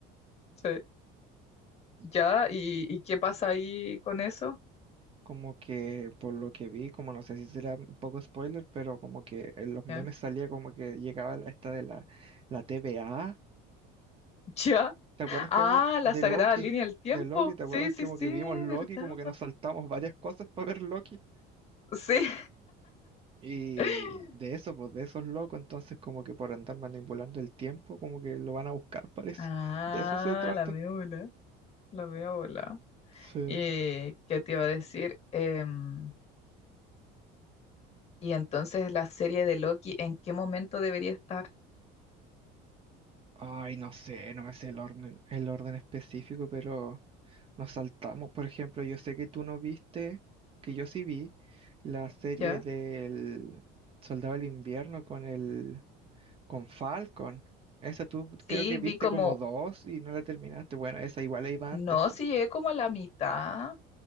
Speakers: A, on the left (about 35°); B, on the right (about 30°).
A: Sí.
B: y
A: Ya, ¿y, y qué pasa ahí con eso?
B: como que por lo que vi, como no sé si será un poco spoiler, pero como que en los memes
A: Ya. <laughs>
B: salía como que llegaba la- esta de la, la TVA.
A: Ya.
B: ¿Te acuerdas
A: Ah,
B: que había
A: la
B: de
A: sagrada
B: Loki?
A: línea del tiempo.
B: De Loki, ¿te
A: Sí,
B: acuerdas
A: sí,
B: que como
A: sí,
B: que vimos Loki,
A: ¿verdad?
B: como que nos saltamos varias cosas para ver Loki?
A: Sí.
B: Y
A: <laughs>
B: de eso, pues de esos locos, entonces como que por andar manipulando el tiempo, como que lo van a buscar, <laughs> parece.
A: Ah,
B: De eso se trata.
A: la media bola la media bola
B: Sí.
A: ¿Y qué te iba a decir? Em, y entonces la serie de Loki, ¿en qué momento debería estar?
B: Ay, no sé, no me sé el orden, el orden específico, pero nos saltamos. Por ejemplo, yo sé que tú no viste, que yo sí vi la serie
A: ¿Ya?
B: del Soldado del Invierno con el, con Falcon. Esa tú creo
A: Sí,
B: que viste
A: vi como,
B: como dos y no la terminaste. Bueno, esa igual iba
A: no,
B: antes. po.
A: sí llegué como a la mitad,